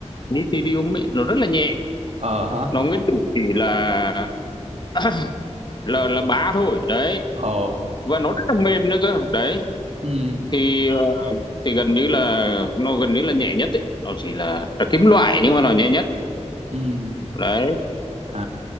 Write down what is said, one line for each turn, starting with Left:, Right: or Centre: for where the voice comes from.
Left: lithium ấy, nó rất là nhẹ
Right: ờ hả
Left: nó nguyên tử chỉ là <coughs> là là bá thôi đấy
Right: ồ
Left: và nó rất là mềm nữa cơ đấy
Right: ừ
Left: thì ờ, thì gần như là nó gần như là nhẹ nhất ấy. nó chỉ là, là kim loại nhưng mà nó nhẹ nhất
Right: ừ
Left: đấy
Right: à